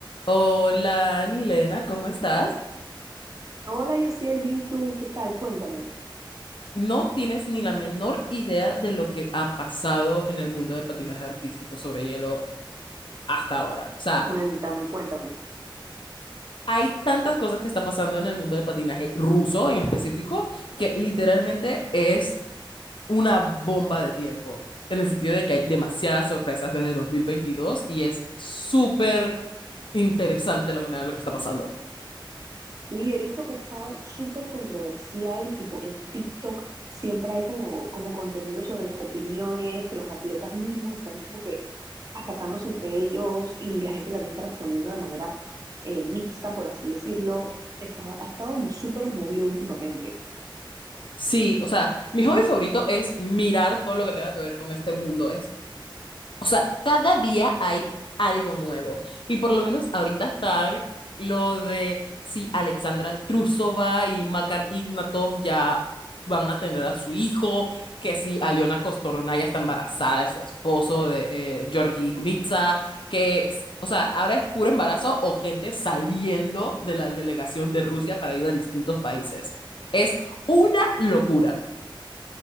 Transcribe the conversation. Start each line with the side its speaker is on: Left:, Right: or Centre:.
Left: Hola, Anilena, ¿cómo estás?
Right: Hola, Yosiel, bien, ¿y tú? ¿Qué tal? Cuéntame,
Left: No tienes ni la menor idea de lo que ha pasado en el mundo de patinaje artístico sobre hielo hasta ahora. O sea,
Right: cuéntame, cuéntame.
Left: hay tantas cosas que está pasando en el mundo del patinaje ruso en específico que literalmente es una bomba de tiempo, en el sentido de que hay demasiadas sorpresas desde 2022 y es súper interesante la manera en la que está pasando.
Right: Sí, he visto que ha estado súper controversial, tipo en TikTok siempre hay como, como contenido sobre las opiniones, que los atletas mismos están como que atacándose entre ellos y la gente también está respondiendo de manera eh, mixta, por así decirlo. Está, ha estado como súper movido últimamente.
Left: Sí, o sea, mi hobby favorito es mirar todo lo que tenga que ver con este mundo. Es O sea, cada día hay algo nuevo. Y por lo menos ahorita están lo de si Alexandra Trusova y Makar Ignatov ya van a tener a su hijo, que si Aliona Costorna ya está embarazada de su esposo, de eh, Georgi Kunitsa, que, s- o sea, ahora es puro embarazo o gente saliendo de la delegación de Rusia para ir a distintos países. Es una locura.